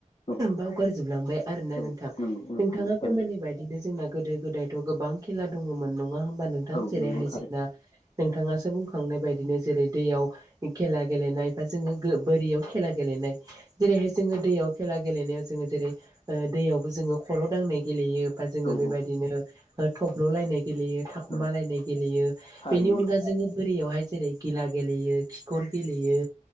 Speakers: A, on the left (about 45°); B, on the right (about 30°).
A: औ
B: बावगारजोबलांबाय आरोना
A: औ
B: नोंथां
A: नंगौ नंगौ
B: नोंथाङा फोरमायनाय
A: थारैनो।
B: बायदिनो जोंना गोदो गोदायथ' गोबां खेला दङमोन नङा होमबा नोंथां
A: औ
B: जेरैहाय
A: नंगौ थारैनो
B: जोंना नोंथाङासो बुंखांनाय बायदिनो जेरै दैयाव खेला गेलेनाय बा जोङो गो बोरियाव खेला गेलेनाय। जेरैहाय जोङो दैयाव खेला गेलेनायाव जोङो जेरै ओ दैयावबो जोङो खर' दांनाय गेलेयो। बा जोङो
A: औ
B: बेबायदिनो
A: औ
B: थब्ल'लायनाय गेलेयो। थाखुमालायनाय
A: औ
B: गेलेयो
A: थारैनो
B: बेनि अनगा जोङो बोरियावहाय जेरै गिला गेलेयो खिखर गेलेयो